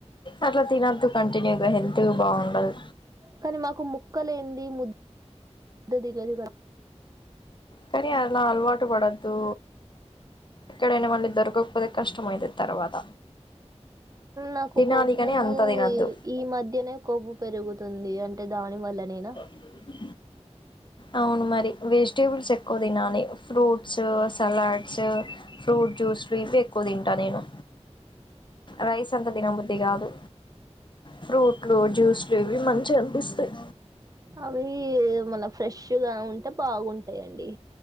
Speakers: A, on the left (about 45°); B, on the right (about 30°).
A: అట్లా తినద్దు కంటిన్యూగా హెల్త్ బాగుండదు.
B: కానీ మాకు ముక్కలేనిదే ముద్ద దిగదు కదా
A: కానీ అలా అలవాటు పడద్దు ఇక్కడనా మళ్ళీ దొరకకపోతే కష్టంమైతది తర్వాత
B: నాకు
A: తినాలి
B: కొవ్వు
A: కాని అంత తినొద్దు
B: ఈ మధ్యనే కొవ్వు పెరుగుతుంది అంటే దాని వల్లనేనా
A: అది అవును మరి వెజిటేబుల్స్ ఎక్కువ తినాలి ఫ్రూట్స్ సలాడ్స్ ఫ్రూట్స్ ఎక్కువ తింటా నేను
B: అ
A: రైస్ అంతా తిన బుద్ధి కాదు ఫ్రూట్లు జ్యూస్ ఇవి మంచిగా అనిపిస్తాయి.
B: అవి మన ఫ్రెష్గా ఉంటే బాగుంటాయిండి.